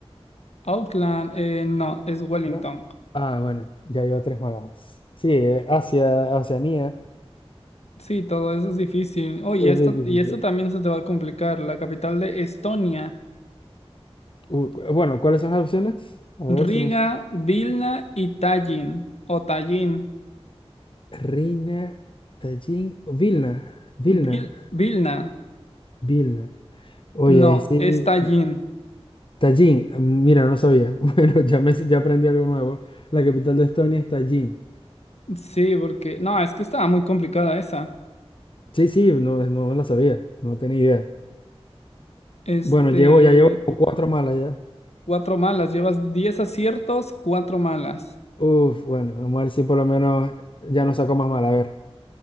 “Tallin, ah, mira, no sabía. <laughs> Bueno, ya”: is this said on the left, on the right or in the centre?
Left